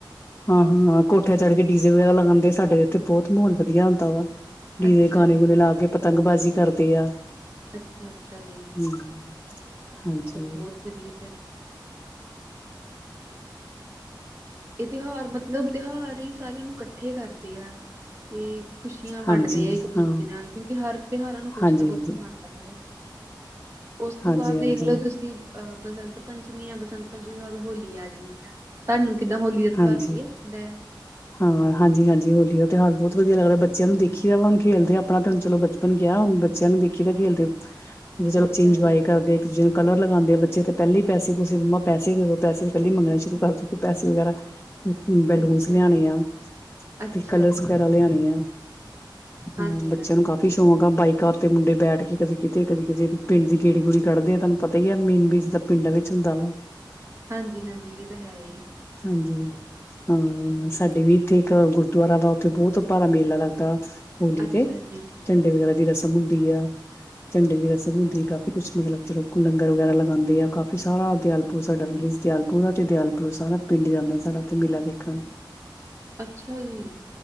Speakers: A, on the left; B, on the right.
A: ਹਾਂ ਹਾਂ, ਕੋਠਿਆ ਚੜ੍ਹ ਕੇ ਡੀਜ਼ੇ ਵਗੈਰਾ ਲਗਾਗਣ ਦੇ, ਸਾਡੇ ਉੱਥੇ ਬਹੁਤ ਮਾਹੌਲ ਵਧੀਆ ਹੁੰਦਾ ਵਾ। ਗੀ
B: ਅੱਛਾ
A: ਗਾਣੇ
B: ਜੀ
A: ਗੁਣੇ ਲਾ ਕੇ, ਪਤੰਗਬਾਜ਼ੀ ਕਰਦੇ ਆ।
B: ਅੱਛਾ ਅੱਛਾ ਜੀ
A: ਹ, ਹਾਂਜੀ।
B: ਬਹੁਤ ਵਧੀਆ। ਇਹ ਤਿਉਹਾਰ ਮਤਲਬ, ਤਿਉਹਾਰ ਹੀ ਸਾਰਿਆਂ ਨੂੰ ਇਕੱਠੇ ਕਰਦੇ ਆ ਤੇ ਖੁਸ਼ੀਆਂ ਵੰਡਦੇ
A: ਹਾਂਜੀ
B: ਇੱਕ ਦੂਜੇ
A: ਹਾਂ
B: ਨਾਲ, ਕਿਉਂਕਿ ਹਰ ਤਿਉਹਾਰਾਂ ਨੂੰ ਕੁਛ
A: ਹਾਂਜੀ
B: ਨਾ ਕੁਛ
A: ਹਾਂਜੀ
B: ਸਖਾਉਂਦਾ ਏ। ਉਸ ਤੋਂ
A: ਹਾਂਜੀ
B: ਬਾਅਦ
A: ਹਾਂਜੀ
B: ਦੇਖ ਲਓ, ਤੁਸੀਂ ਅਹ ਬਸੰਤ ਪੰਚਮੀ ਆ, ਬਸੰਤ ਪੰਚਮੀ ਤੋਂ ਬਾਅਦ ਹੋਲੀ ਆ ਜਾਂਦੀ ਆ। ਤੁਹਾਨੂੰ ਕਿੱਨਾ, ਹੋਲੀ ਦਾ ਤਿਉਹਾਰ
A: ਹਾਂਜੀ
B: ਵਧੀਆ ਲੱਗਦਾ ਹੈ?
A: ਹਾਂ ਹਾਂਜੀ ਹਾਂਜੀ, ਹੋਲੀ ਦਾ ਤਿਉਹਾਰ ਬਹੁਤ ਵਧੀਆ ਲੱਗਦਾ। ਬੱਚਿਆਂ ਨੂੰ ਦੇਖੀ ਦਾ ਵਾੁਣ ਖੇਦੇ ਆ, ਆਪਣਾ ਤੇ ਹੁਣ ਚਲੋ ਗਿਆ, ਹੁਣ ਬੱਚਿਆਂ ਨੂੰ ਦੇਖੀ ਤਾਂ ਖੇਡਦੇ ਚਲੋ,
B: ਅੱਛਾ
A: ਚੀਂਜ ਇਨਜਵਯੈ
B: ਜੀ
A: ਕਰਦੇ ਇਕ ਦੂਜੇ ਨੂੰ ਕਲਰ ਲਗਾਉਂਦੇ ਆ, ਬੱਚੇ ਤਾਂ ਪਹਿਲੇ ਪੈਸੇ ਤੁਸੀੇ ਮੰਮਾ ਪੈਸੇ ਦੇ ਦੋ, ਪੈਸੇ ਪਹਿਲੇ ਮੰਗਣੇ ਸ਼ੁਰੂ ਕਰ ਦੂ ਪੈਸੇ ਵਗੈਰਾ ਬੈਲੂਨ
B: ਅੱਛਾ
A: ਲਿਆਣੇ
B: ਜੀ
A: ਆ,
B: ਅੱਛਾ
A: ਤੇ ਕਲਰਸ
B: ਜੀ
A: ਵਗੈਰਾ ਲਿਆਣੇ ਆ, ਹਾਂ
B: ਹਾਂਜੀ
A: ਬੱਚਿਆਂ
B: ਹਾਂਜੀ
A: ਨੂੰ ਕਾਫੀ ਵੀ ਸ਼ੌਂਕ ਆ ਬਾਈਕਾਂ ਉੱਤੇ ਮੁੰਡੇ ਬੈਠ ਕੇ ਕਦੀ ਕਿਤੇ, ਕਦੀ ਕਿਤੇ, ਪਿੰਡ ਦੀ ਗੇੜੀ -ਗੂੜੀ ਕੱਢਦੇ ਆ, ਤੁਹਾਨੂੰ ਪਤਾ ਹੀ ਹੈ ਮੇਨ ਬੀਚ ਦਾ ਪਿੰਡਾਂ ਵਿੱਚ ਹੁੰਦਾ ਵਾ।
B: ਹਾਂਜੀ ਹਾਂਜੀ, ਇਹ ਤਾਂ ਹੈ ਹੀ।
A: ਹਾਂਜੀ, ਹਾਂ। ਸਾਡੇ ਵੀ ਇੱਥੇ ਇੱਕ ਗੁਰਦੁਆਰਾ ਵਾ, ਉੱਥੇ ਬਹੁਤ ਭਾਰ ਮੇਲਾ ਲੱਗਦਾ ਹੋਲੀ
B: ਅੱਛਾ
A: ਤੇ
B: ਜੀ
A: ਝੰਡੇ ਵਗੈਰਾ ਦੀ ਰਸਮ ਹੁੰਦੀ ਆ। ਝੰਡੇ ਦੀ ਰਸਮ ਹੁੰਦੀ ਕਾਫੀ ਕੁੱਛ ਮਤਲਬ ਚਲੋ ਲੰਗਰ ਵਗੈਰਾ ਲਗਾਉਂਦੇ ਆ ਕਾਫੀ ਸਾਰਾ ਦਿਆਲ ਪੂਰਾ ਸਾਡਾ ਵਿਲੇਜ ਦਿਆਲਪੁਰ ਤੇ ਦਿਆਲਪੁਰ ਸਾਰਾ ਪਿੰਡ ਜਾਂਦਾ ਸਾਡਾ ਉੱਥੇ ਮੇਲਾ ਵੇਖਣ
B: ਅੱਛਾ ਜੀ